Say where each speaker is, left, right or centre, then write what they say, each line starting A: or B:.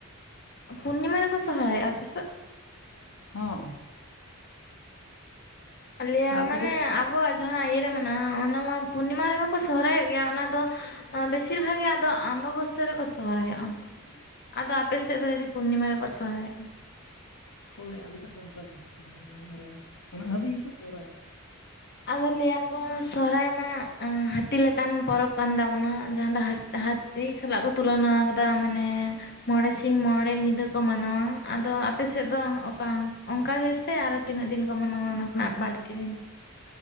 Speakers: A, on the left; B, on the left.
A: ᱯᱩᱱᱱᱤᱢᱟ ᱨᱮᱠᱚ ᱥᱚᱦᱨᱟᱭ ᱭᱚᱜ-ᱟ ᱟᱯᱮ ᱥᱮᱫ
B: ᱦᱚᱸ
A: ᱟᱞᱟᱹᱭ ᱟ
B: ᱟᱯᱮ
A: ᱢᱟᱱᱮ
B: ᱥᱮᱫ
A: ᱟᱵᱚᱣᱟᱜ ᱡᱟᱦᱟᱸ ᱤᱭᱟᱹ ᱨᱮ ᱢᱮᱱᱟᱜ-ᱟ ᱚᱱᱟ ᱢᱟ ᱯᱩᱱᱱᱤᱢᱟ ᱨᱮᱦᱚᱸ ᱠᱚ ᱥᱚᱦᱨᱟᱭᱚᱜ ᱜᱮᱭᱟ ᱚᱱᱟ ᱫᱚ ᱟᱸ ᱵᱮᱥᱤᱨ ᱵᱷᱟᱜᱽ ᱜᱮ ᱟᱫᱚ ᱟᱢᱵᱟ ᱵᱚᱥᱟᱹ ᱨᱮᱠᱚ ᱥᱚᱦᱨᱟᱭᱚᱜ-ᱟ ᱟᱫᱚ ᱟᱯᱮ ᱥᱮᱫ ᱫᱚ ᱡᱩᱫᱤ ᱯᱩᱱᱱᱤᱢᱟ ᱨᱮᱠᱚ ᱥᱚᱦᱚᱨᱟᱭ ᱭᱚᱜ-ᱟ
B: ᱦᱳᱭ ᱟᱞᱮ ᱥᱮᱫ ᱫᱚ ᱚᱱᱠᱟ ᱯᱩᱱᱱᱤᱢᱟ ᱩᱱᱟᱹᱜ ᱦᱟᱹᱵᱤᱡ ᱜᱮ ᱠᱚ ᱥᱚᱦᱨᱟᱭᱚᱜ-ᱟ
A: ᱟᱫᱚ ᱞᱟᱹᱭ ᱟᱠᱚ ᱥᱚᱦᱚᱨᱟᱭ ᱢᱟ ᱦᱟᱹᱛᱤ ᱞᱮᱠᱟᱱ ᱯᱚᱨᱚᱵᱽ ᱠᱟᱱ ᱛᱟᱵᱚᱱᱟ ᱡᱟᱦᱟᱸ ᱫᱚ ᱦᱟ ᱦᱟᱹᱛᱤ ᱥᱟᱞᱟᱜ ᱠᱚ ᱛᱩᱞᱚᱱᱟ ᱟᱠᱟᱫᱟ ᱢᱟᱱᱮ ᱢᱚᱬᱮ ᱥᱤᱧ ᱢᱚᱬᱮ ᱧᱤᱫᱟᱹ ᱠᱚ ᱢᱟᱱᱟᱣᱟ ᱟᱫᱚ ᱟᱯᱮ ᱥᱮᱫ ᱫᱚ ᱚᱠᱟ ᱚᱱᱠᱟ ᱜᱮ ᱥᱮ ᱟᱨ ᱛᱤᱱᱟᱹᱜ ᱫᱤᱱ ᱠᱚ ᱢᱟᱱᱟᱣᱟ ᱚᱱᱟ ᱠᱷᱚᱱᱟᱜ ᱵᱟᱹᱲᱛᱤ ᱫᱤᱱ